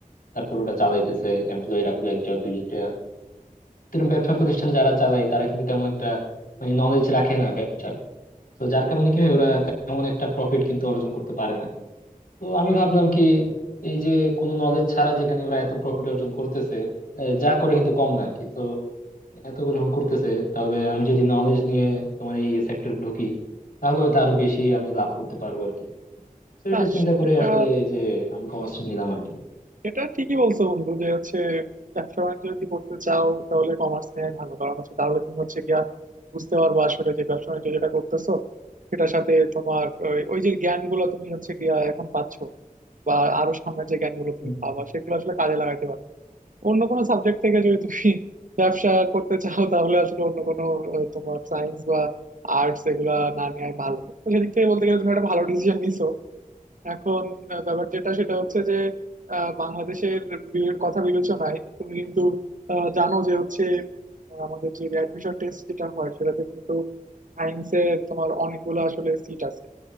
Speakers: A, on the left; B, on the right.
A: তারপর ওটা চালাইতেছে এমপ্লয়ি রাখলো একজন দুইটা তো এরকম ব্যবসা প্রতিষ্ঠান যারা চালায় তারা কিন্তু তেমন একটা মানে নলেজ রাখে না ব্যবসার তো যার কারণে কি হয় ওরা তেমন একটা প্রফিট কিন্তু অর্জন করতে পারে না তো আমি ভাবলাম কি এই যে কোনো নলেজ ছাড়া যেখানে ওরা এত প্রফিট অর্জন করতেছে আহ, যা করে কিন্তু কম না আর কি তো এত যখন করতেছে তাহলে আমি যদি নলেজ নিয়ে তোমার এই সেক্টরে ঢুকি তাহলে হয়তো আরো বেশি আমি লাভ করতে পারবো আর কি তো
B: না
A: এটা চিন্তা
B: সেটা
A: করে আসলে এই যে আমি কমার্সটা নিলাম আর কি
B: সেটা ঠিকই বলছো বন্ধু যে হচ্ছে ব্যবসা বাণিজ্য যদি করতে চাও তাহলে কমার্স নেওয়াই ভালো কারণ হচ্ছে তাহলে তুমি হচ্ছে গিয়া বুঝতে পারবো আসলে যে ব্যবসা বাণিজ্য যেটা করতেছো সেটার সাথে তোমার ওই ওই যে জ্ঞান গুলো তুমি হচ্ছে গিয়া এখন পাচ্ছো বা আরো সামনে যে জ্ঞান গুলো তুমি
A: হুম, হুম,
B: পাবা সেগুলো আসলে কাজে লাগাইতে পারবে অন্য কোনো সাবজেক্ট থেকে যদি তুমি ব্যবসা করতে চাও তাহলে আসলে অন্য কোনো আহ, তোমার সায়েন্স বা আর্টস এগুলা না নেওয়াই ভালো তো সেদিক থেকে বলতে গেলে তুমি একটা ভালো ডিসিশন নিছো এখন আহ, ব্যাপার যেটা সেটা হচ্ছে যে আহ, বাংলাদেশের বি- কথা বিবেচনায় তুমি কিন্তু আহ, জানো যে হচ্ছে আহ, আমাদের যে অ্যাডমিশন টেস্ট যেটা হয় সেটাতে কিন্তু সায়েন্সের তোমার অনেকগুলো আসলে সিট আছে